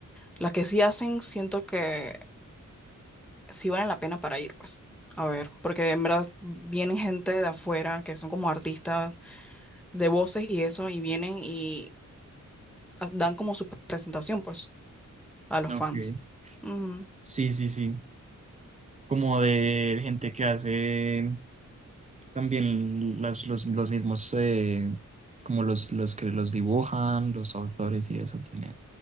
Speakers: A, in the centre; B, on the right (about 20°).
A: las que sí hacen, siento que sí valen la pena para ir, pues. A ver, porque en verdad vienen gente de afuera que son como artistas de voces y eso, y vienen y as- dan como su presentación, pues, a los
B: Ok.
A: fans. Ujú,
B: Sí, sí, sí. Como de gente que hace También las- los, los mismos, eh, como los, los que los dibujan, los autores y eso también.